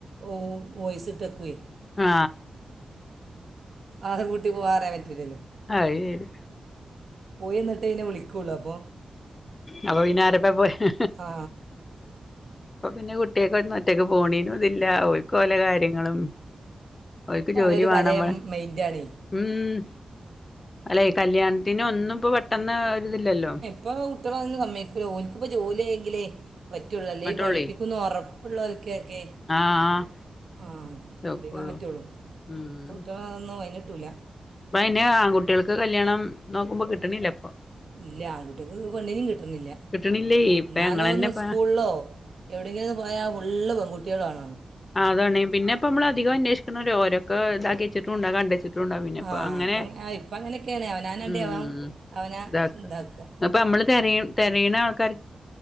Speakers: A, on the right; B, on the left.
A: ഓ വോയിസിട്ടേക്കുവേ.
B: ആ
A: അതും കൂട്ടി പോറയാൻ പറ്റൂല്ലല്ലോ
B: അയ് ശെരി.
A: പോയി നി തിനെ വിളിക്കുള്ളൂ അപ്പോ
B: അപ്പോ പിന്നെ ആരിപ്പോ പോയേ
A: ആ
B: ഇപ്പോ പിന്നെ കുട്ടിയൊക്കെ ഒന്ന് ഒറ്റക്കക്ക് പോണീനും ഇതി ല്ലാ ഓല്ക്ക് ഓല കാര്യങ്ങളും ഓല്ക്ക്
A: പലരും
B: ജോലി വേണം
A: പല
B: വ
A: മൈൻഡാണേ
B: ഉം അല്ലെ കല്യാൺ പിന്നെ ഒന്നും ഇപ്പോ വെ ട്ടെന്നാ ഒരുതില്ലല്ലോ
A: ഇപ്പോ കുട്ടികള അതൊന്നും സമ്മയക്കില്ല ഓല്ക്ക്പ്പോ ജോലി ആയെങ്കിലേ പറ്റുള്ളൂ അല്ലേൽ
B: ഇങ്ങട്ടുള്ളേ
A: പഠിപ്പിക്കുംന്ന് ഒറ പ്പ്ള്ളോര് കേ ക്കെ
B: ആഹ് ആഹ്
A: ആ
B: നോക്കുള്ളൂ
A: വിളിക്കാൻ പറ്റുള്ളൂ
B: ഉം
A: പ്പോ കുട്ടികളൊന്നും വയങ്ക ട്ടൂല്ല
B: ഇപ്പ അയിന് ആങ്കുട്ട്യോൾക്ക് കല്ല്യാണം നോക്കുമ്പോ കിട്ടണില്ല ഇപ്പൊ
A: ഇല്ല ആകുട്ട്യോക്ക് പ്പോ പെണ്ണിനേം കിട്ടുന്നില്ല
B: കിട്ടണില്ലേ ഇപ്പ
A: ന്നാലോ
B: ഞങ്ങളന്നെ
A: ഒന്ന്
B: ഇപ്പ
A: സ്കൂളിലോ എവിടെങ്കിലും ഒന്ന് പോയാ ഫുള്ള് പെങ്കുട്ട്യോ കുട്ട്യോളാണോ
B: അതാണെ പിന്നെപ്പമ്മളധിക അന്വേഷി ന്നാലും ഒരൊക്കെ ഇതാക്ക്യേച്ചിട്ടുംണ്ടാവും കണ്ടെച്ചിട്ടുണ്ടാവും പിന്നെപ്പോ
A: ആ
B: അങ്ങനെ
A: ഇപ്പം ആ ഇപ്പം അങ്ങനെയൊക്കെയാണ് അവനവൻ്റെ
B: ഉം
A: അവൻ അവനെ
B: ഇതാക്ക
A: ഇതാക്കുക
B: അപ്പമ്മള് തെരയ തെരയണ ആൾക്കാ